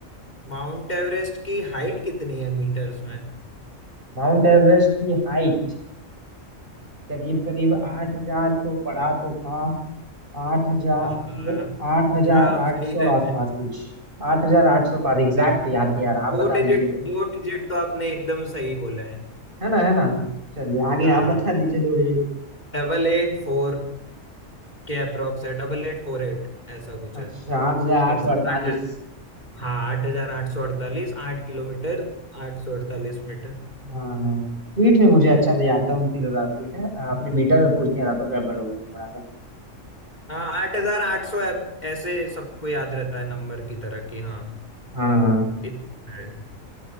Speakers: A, on the left (about 35°); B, on the right (about 40°).
A: माउंट एवरेस्ट की हाइट कितनी है मीटर्स में
B: माउंट एवरेस्ट की हाइट करीब करीब आठ हजार तो पड़ा तो था आठ हजार
A: हाँ हाँ
B: आठ हजार
A: आप
B: आठ
A: सही
B: सौ
A: रहे
B: आसपास
A: हैं
B: कुछ आठ हजार आठ सौ पास एग्जैक्ट याद नहीं आ रहा आप
A: दो
B: बता
A: डिजिट
B: दीजिए फिर
A: दो डिजिट तो आपने एकदम सही बोले हैं
B: है ना है ना चलिए आगे
A: हाँ
B: आप बता दीजिए दौड़िए
A: डबल एट फोर के अप्रोक्स है डबल एट फोर एट ऐसा कुछ
B: अच्छा
A: है
B: आठ हजार आठ
A: मीन्स
B: सौ अड़तालीस
A: आठ हाँ आठ हजार आठ सौ अड़तालीस आठ किलोमीटर आठ सौ अड़तालीस मीटर
B: हाँ फीट में मुझे अच्छा से याद था उनतीस हजार फीट है आपने मीटर में पूछ दिया था तो गड़बड़ हो गया थोड़ा सा
A: हाँ आठ हजार आठ सौ ऐसे सबको याद रहता है नंबर की तरह की हाँ
B: हाँ
A: इतना है।